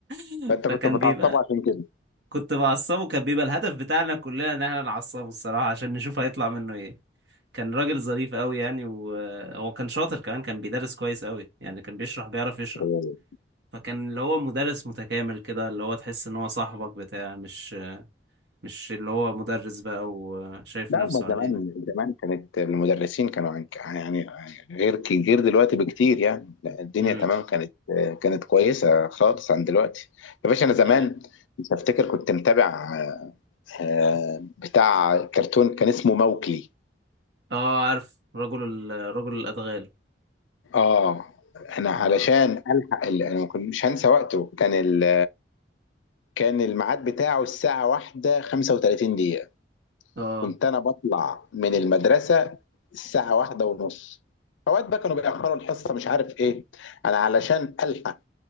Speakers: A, on the right; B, on the left.
A: <laughs>
B: فانت
A: فكان
B: كنت بتعصبه
A: بيبقى
B: عشان كده
A: كنت بعصبه كان بيبقى الهدف بتاعنا كلنا ان احنا نعصبه الصراحة عشان نشوف هيطلع منه ايه كان راجل ظريف قوي يعني وهو كان شاطر كمان كان بيدرس كويس قوي يعني كان بيشرح بيعرف يشرح
B: أوه.
A: فكان اللي هو مدرس متكامل كده اللي هو تحس ان هو صاحبك بتاع مش مش اللي هو مدرس بقى وشايف
B: لا
A: نفسه
B: هما زمان
A: علينا
B: زمان كانت المدرسين كانوا عن- يعني غير ك- غير دلوقتي بكتير يعني لا، الدنيا
A: مم.
B: تمام كانت كانت كويسه خالص عن دلوقتي يا باشا انا زمان
A: اي
B: مش هفتكر كنت متابع آه، بتاع كرتون كان اسمه موكلي
A: اه عارف رجل ال... رجل الادغال
B: اه انا علشان
A: اه
B: الحق ال- انا ما كنت- مش هنسى وقته كان ال... كان الميعاد بتاعه الساعه 1 35 دقيقه
A: اه
B: كنت انا بطلع من المدرسه الساعه واحدة ونص اوقات بقى كانوا بيأخروا الحصه مش عارف ايه انا علشان الحق